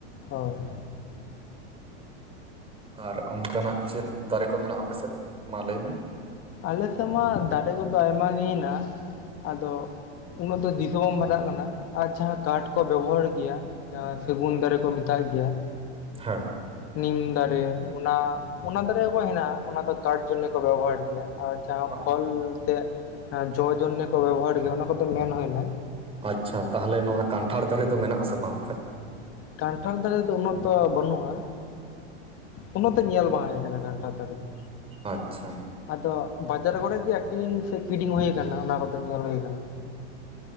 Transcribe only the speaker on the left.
ᱦᱚᱭ᱾
ᱟᱞᱮᱥᱮᱫ ᱢᱟ ᱫᱟᱨᱮ ᱠᱚᱫᱚ ᱟᱭᱢᱟ ᱜᱮ ᱦᱮᱱᱟᱜᱼᱟ ᱟᱫᱚᱼᱼ ᱩᱱᱟᱹᱜ ᱫᱚ ᱫᱤᱥᱟᱹ ᱵᱟᱢ ᱵᱟᱛᱟᱜ ᱠᱟᱱᱟ ᱟᱨ ᱡᱟᱦᱟᱸ ᱠᱟᱴ ᱠᱚ ᱵᱮᱵᱚᱦᱟᱨ ᱜᱮᱭᱟ᱾ ᱡᱟᱦᱟᱸ ᱥᱟᱹᱜᱩᱱ ᱫᱟᱨᱮ ᱠᱚ ᱢᱮᱛᱟᱭ ᱜᱮᱭᱟ᱾
ᱱᱤᱢ ᱫᱟᱨᱮ ᱚᱱᱟ ᱚᱱᱟ ᱫᱟᱨᱮ ᱠᱚ ᱦᱮᱱᱟᱜᱼᱟ ᱚᱱᱟ ᱫᱚ ᱠᱟᱴ ᱡᱚᱱᱱᱮ ᱠᱚ ᱵᱮᱵᱚᱦᱟᱨ ᱜᱮᱭᱟ᱾ ᱟᱨ ᱡᱟᱦᱟᱸ
ᱯᱷᱚᱞ ᱥᱮ ᱡᱚ ᱡᱚᱱᱱᱮ ᱠᱚ ᱵᱮᱵᱚᱦᱟᱨ ᱜᱮᱭᱟ ᱚᱱᱟ ᱠᱚᱫᱚ ᱢᱮᱱ ᱦᱩᱭᱱᱟᱼᱼ
ᱠᱟᱱᱴᱷᱟᱲ ᱫᱟᱨᱮ ᱫᱚ ᱩᱱᱟᱹᱜ ᱫᱚ ᱵᱟᱹᱱᱩᱜᱼᱟ᱾ ᱩᱱᱟᱹᱜ ᱛᱚ ᱧᱮᱞ ᱵᱟᱝ ᱦᱩᱭ ᱠᱟᱱᱴᱟᱲ ᱫᱟᱨᱮ ᱫᱚ᱾
ᱟᱫᱚ ᱵᱟᱡᱟᱨ ᱠᱚᱨᱮᱜᱤ ᱟᱠᱷᱨᱤᱝ ᱥᱮ ᱠᱤᱨᱤᱝ ᱦᱩᱭ ᱟᱠᱟᱱᱟ ᱚᱱᱟ ᱠᱚᱫᱚ ᱧᱮᱞ ᱦᱩᱭ ᱟᱠᱟᱱᱟ᱾